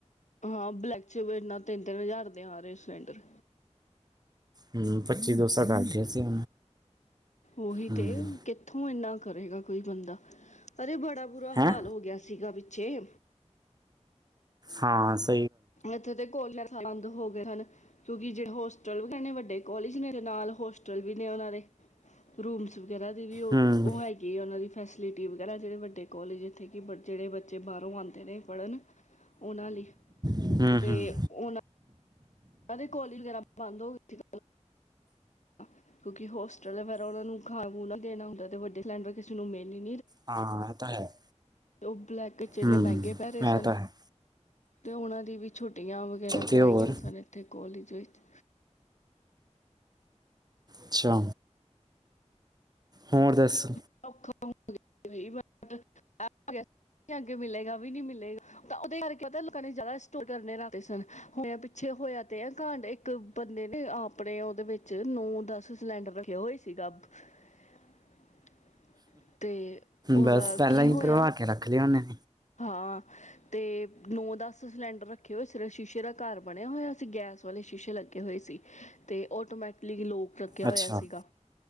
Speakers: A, on the left; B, on the right.
A: ਹਾਂ, ਬਲੈਕ ਚ' ਇਨਾ ਤਿੰਨ- ਤਿੰਨ ਹਜ਼ਾਰ ਦੇ ਆ ਰਏ ਸਿਲੰਡਰ
B: ਹੁੰ ਪੱਚੀ ਦੋ ਸਾਂ ਕਰਕੇ ਸੀ
A: ਓਹੀ
B: ਹੂੰ
A: ਤੇ ਕਿੱਥੋਂ ਇੰਨਾ ਕਰੇਗਾ ਕੋਈ ਬੰਦਾ, ਅਰੇ ਬੜ ੜਾ ਬੁਰਾ
B: ਹੈਂ
A: ਹਾਲ ਹੋ ਗਿਆ ਸੀਗਾ ਵਿੱਚ ਚੇ
B: ਹਾਂ---ਸ
A: ਇੱਥੇ ਦੇ ਕੋਲਰ ਬੰਦ ਹੋ ਗਏ ਹਨ। ਕਿਓੰਕਿ ਜਿਹ ਹੋਸਟਲ ਵੀ ਇਹੱਨੇ ਵੱਡੇ ਕੋਲਜ ਮੇਰੇ ਨਾਲ ਹੋਸਟਲ ਵੀ ਨੇ ਓਹਨਾਂ ਦੇ ਰੂਮਸ ਜਰਾ ਜੀ ਵੀ ਓਹ
B: ਹੂੰ,
A: ਓਹ ਹੈਗੀਏ ਓਹਨਾਂ ਦੀ ਫੈਸਲਿਟੀ ਵਗੈਰਾ, ਜਿਹੜੇ ਵੱਡੇ ਕਲੇਜ ਜਿਥੇਂ ਕਿ ਜਿਹੜੇ ਬੱਚੇ ਬਾਹਰੋਂ ਆਂਦੇ ਨੇ ਪੜ੍ਹਨ ਓਹਨਾਂ ਲਈ
B: ਹੂੰ,
A: ਤੇ
B: ਹੂੰ
A: ਓਹਨਾਂ ਸਾਰੇ ਕਾਲੇਜ ਵਗੈਰਾ ਬੰਦ ਹੋ ਗਏ ਸੀ, ਨਾ ਕਿਓਂਕਿ ਹੋਸਟਲ ਵਗੈਰਾ ਓਹਨਾਂ ਨੂੰ ਖਾਣ-ਖੁਣ ਨੂੰ ਦੇਣਾ ਹੁੰਦਾ ਵੱਡੇ ਸਿੰਲਡਰ ਕਿਸੇ ਨੂੰ ਮਿਲ ਹੀ
B: ਹਾਂ ਇਹ ਤਾਂ ਹੈ
A: ਤੇ ਓ ਬਲੈਕ <unintelligible> ਇੰਨੇ
B: ਹੂੰ
A: ਮਹਿੰਗੇ
B: ਇਹ
A: ਪੈ ਰਹੇ ਸਨ
B: ਤਾਂ ਹੈ
A: ਤੇ ਉਹਨਾਂ ਦੀ ਵੀ ਛੁੱਟੀਆਂ ਵਗੈਰਾ
B: ਤੇ
A: ਕਰਾਈਆਂ
B: ਹੋਰ
A: ਸਨ ਅਤੇ ਕੋਲੇਜ ਵਿੱਚ
B: ਅੱਛਾ ਹੋਰ ਦੱਸ।
A: <inaudible> ਤੇ ਉਹਦਾ
B: ਬਸ ਪਹਿਲਾਂ
A: ਕੀ
B: ਹੀ
A: ਹੋਇਆ
B: ਭਰਵਾ ਕੇ ਰੱਖ ਲਏ ਉਹਨੇ।
A: ਹਾਂ ਤੇ ਨੌ ਦਸ ਸਿਲੰਡਰ ਰੱਖੇ ਹੋਏ ਸਿਰ ਸ਼ੀਸ਼ੇ ਦਾ ਘਰ ਬਣਿਆ ਹੋਇਆ ਸੀਂ, ਗੈਸ ਵਾਲੇ ਸ਼ੀਸ਼ੇ ਲੱਗੇ ਹੋਏ ਸੀ ਤੇ ਆਟੋਮੈਟਲੀ ਲੋ ਰੱਖਿਆ
B: ਅੱਛਾ,
A: ਹੋਇਆ ਸੀਗਾ।